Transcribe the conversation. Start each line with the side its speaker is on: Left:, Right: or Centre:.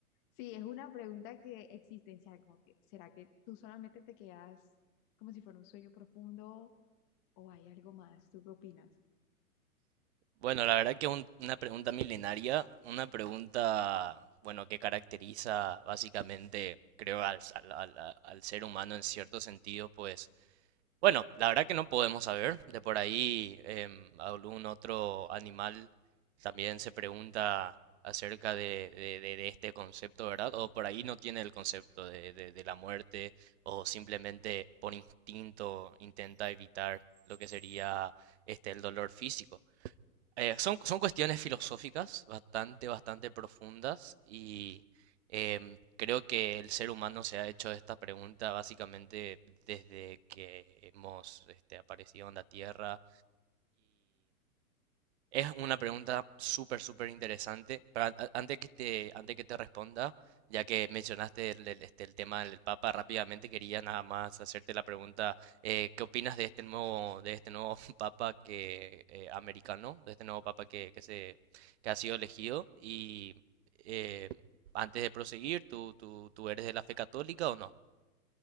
Left: Sí, es una pregunta que existencial, como que, ¿será que tú solamente te quedas como si fuera un sueño profundo o hay algo más? ¿Tú qué opinas?
Right: Bueno, la verdad que un- una pregunta milenaria, una pregunta, bueno, que caracteriza básicamente, creo, al, al, al- al ser humano en cierto sentido, pues Bueno, la verdad que no podemos saber. De por ahí em, algún otro animal también se pregunta acerca de, de- de- de este concepto, ¿verdad? O por ahí no tiene el concepto de, de- de la muerte o simplemente por instinto intenta evitar lo que sería este el dolor físico eh, son, son cuestiones filosóficas bastante, bastante profundas y em, creo que el ser humano se ha hecho esta pregunta básicamente desde que hemos este, aparecido en la Tierra es una pregunta súper, súper interesante. Pero an- a- antes que te, antes que te responda, ya que mencionaste el, el- este, el tema del Papa, rápidamente quería nada más hacerte la pregunta, eh, ¿qué opinas de este nuevo, de este nuevo <laughs> Papa que, eh, americano, de este nuevo Papa que, que se, que ha sido elegido? Y eh, antes de proseguir, ¿tú, tú, tú eres de la fe católica o no?